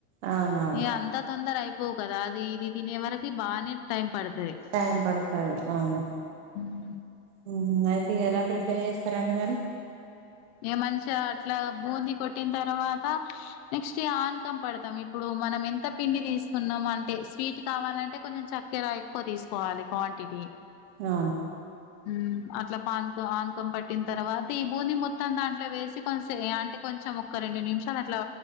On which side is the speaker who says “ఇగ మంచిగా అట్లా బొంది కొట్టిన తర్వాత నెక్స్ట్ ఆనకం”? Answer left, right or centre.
Left